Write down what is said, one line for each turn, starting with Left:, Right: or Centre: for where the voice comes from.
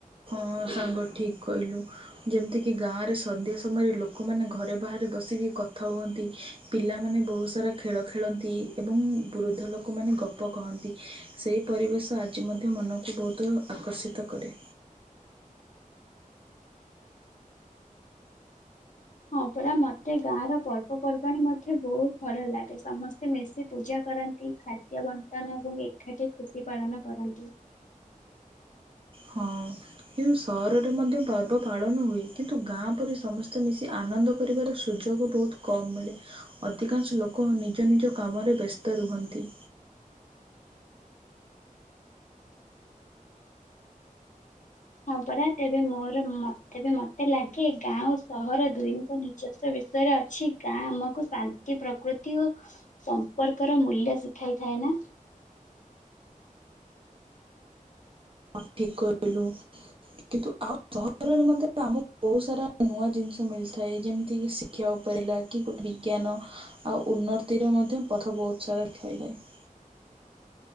Right: ହଁ ସାଙ୍ଗ ଠିକ୍ କହିଲୁ ଯେମିତିକି ଗାଁରେ ସନ୍ଧ୍ୟା ସମୟରେ ଲୋକମାନେ ଘରେ ବାହାରେ ବସିକି କଥା ହୁଅନ୍ତି ପିଲାମାନେ ବହୁତ ସାରା ଖେଳ ଖେଳନ୍ତି ଏବଂ ବୃଦ୍ଧ ଲୋକମାନେ ଗପ କହନ୍ତି ସେହି ପରିବେଶ ଆଜି ମଧ୍ୟ ମନକୁ ବହୁତ ଆକର୍ଷିତ କରେ।
Left: ହଁ ପରା ମତେ ଗାଁ ର ପର୍ବପର୍ବାଣି ମଧ୍ୟ ବହୁତ ବଢିଆ ଲାଗେ। ସମସ୍ତେ ମିଶି ପୂଜା କରନ୍ତି। ଖାଦ୍ୟ ବଣ୍ଟନ ଏବଂ ଏକାଠି ଖୁସି ପାଳନ କରନ୍ତି।
Right: ହଁ କିନ୍ତୁ ସହରରେ ମଧ୍ୟ ପର୍ବ ପାଳନ ହୁଏ। କିନ୍ତୁ ଗାଁ ପରି ସମସ୍ତେ ମିଶି ଆନନ୍ଦ କରିବାର ସୁଯୋଗ ବହୁତ କମ୍ ମିଳେ। ଅଧିକାଂଶ ଲୋକ ନିଜ ନିଜ କାମରେ ବ୍ୟସ୍ତ ରୁହନ୍ତି।
Left: ହଁ ପରା ତେବେ ମୋର ମତ ତେବେ ମତେ ଲାଗେ ଗାଁ ଓ ସହର ଦୁଇଙ୍କ ନିଜସ୍ୱ ବିଷୟରେ ଅଛି। ଗାଁ ଆମକୁ ଶାନ୍ତି ପ୍ରକୃତି ଓ ସମ୍ପର୍କର ମୂଲ୍ୟ ଶିଖାଇଥାଏ ନା।
Right: ହଁ ଠିକ କହିଲୁ କିନ୍ତୁ ଆଉ ସହରରେ ମଧ୍ୟ ଆମକୁ ବହୁତ ସାରା ନୂଆ ଜିନିଷ ମିଳିଥାଏ। ଯେମିତିକି ଶିକ୍ଷା ଉପରେ ହେଲା କି ଗୋଟେ ବିଜ୍ଞାନ ଆଉ ଉନ୍ନତିର ମଧ୍ୟ। ପଥ ବହୁତ ସାରା ଖାଇ ଥାଏ। <inaudible>